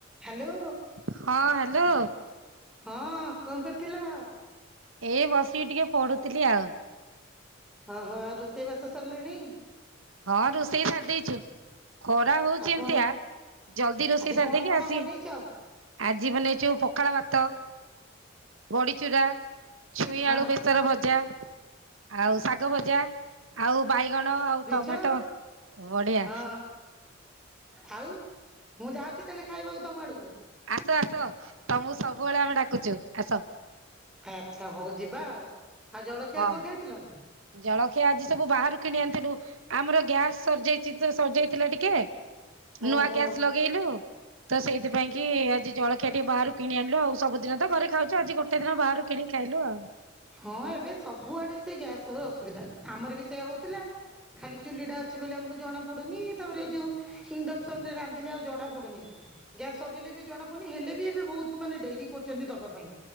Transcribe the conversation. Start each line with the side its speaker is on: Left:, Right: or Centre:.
Centre: Hello.
Right: ହଁ hello.
Centre: ହଁ କଣ କରୁଥିଲ?
Right: ଏଇ ବସିକି ଟିକେ ପଢୁଥିଲି ଆଉ।
Centre: ଓହୋ ଆଉ ରୋଷେଇ ବାସ ସରିଲାଣି?
Right: ହଁ ରୋଷେଇ ସାରି ଦେଇଚୁ। ଖରା ହଉଚି
Centre: ଆଉ
Right: ଏମତିଆ
Centre: କଣ
Right: ଜଲଦି ରୋଷେଇ
Centre: ଆଜି
Right: ସାରିଦକି
Centre: କଣ କଣ
Right: ଆସି
Centre: ବନେଇଛ?
Right: ଆଜି ମନେଇଛୁ ପଖାଳ ଭାତ ବଡିଚୁରା ଛୁଇଁ
Centre: ହଁ
Right: ଆଳୁ ବେଶୀ ର ଭଜା, ଆଉ ଶାଗ ଭଜା, ଆଉ ବାଇଗଣ, ଆଉ ଟମାଟୋ
Centre: ଛୁ
Right: ବଢିଆ
Centre: ହଁ। ଆଉ ମୁଁ ଯାଉଚି ତାଲେ ଖାଇବାକୁ ତମ ଆଡକୁ।
Right: ଆସ ଆସ ତମକୁ ସବୁବେଳେ ଆମେ ଡାକୁଚୁ ଆସ।
Centre: ଆଚ୍ଛା ହଉ ଯିବା ଆଉ ଆଉ ଜଳଖିଆ
Right: ହଁ।
Centre: କଣ ଖାଇଥିଲ?
Right: ଜଳଖିଆ ଆଜି ସବୁ ବାହାରୁ କିଣି ଅଣିଥିଲୁ ଆମର ଗ୍ୟାସ ସରିଯାଇଚି ତ ସରି ଯାଇଥିଲା ଟିକେ ନୁଆ
Centre: ଓହୋ
Right: ଗ୍ୟାସ ଲ ପଗେଇଲୁ ତ ସେଇଥିପାଇଁ କି ଆଜି ଜଳଖିଆ ଟିକେ ବାହାରୁ କିଣି ଆଣିଲୁ ଆଉ ସବୁଦିନ ତ ଘରେ ଖାଉଛୁ ଆଜି ଗୋଟେ ଟେ ଦିନ ବାହାରୁ କିଣଣି ଖାଇଲୁ ଆଉ।
Centre: ହଁ ଏବେ ସବୁଆଡେ ସେ ଗ୍ୟାସର ଅସୁବିଧା ଆମର ବି ସେଇୟା ହଉଥିଲା। ଖାଲି ଚୁଲି ଟା ଅଛି ବୋଲି ଆମକୁ ଜଣା ପଡୁନି ତାପରେ ଏ ଯୋଉ ଇଣ୍ଡକ୍ସନ ରେ ରାନ୍ଧିଲେ ଆଉ ଜଣା ପଡୁନି। ଗ୍ୟାସ୍ ସରିଲେ ବି ଜଣାପଡ଼ନି ହେଲେ ବି ଏବେ ବହୁତ ମାନେ ଡେରି କରୁଚନ୍ତି ଦବା ପାଇଁ।